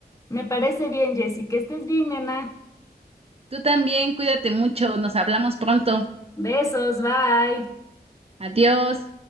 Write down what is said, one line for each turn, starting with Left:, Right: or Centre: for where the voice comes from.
Left: Me parece bien, Jessy, que estés bien, nena.
Right: Tú también, cuídate mucho, nos hablamos pronto.
Left: Besos, bye.
Right: Adiós.